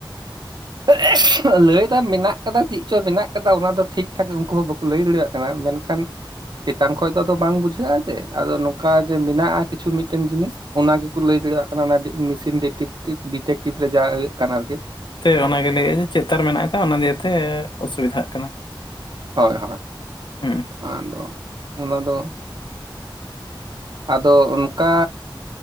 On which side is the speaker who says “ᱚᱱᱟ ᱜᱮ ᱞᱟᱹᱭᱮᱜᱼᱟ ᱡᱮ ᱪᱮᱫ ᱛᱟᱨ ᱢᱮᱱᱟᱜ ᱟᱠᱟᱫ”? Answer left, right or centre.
Left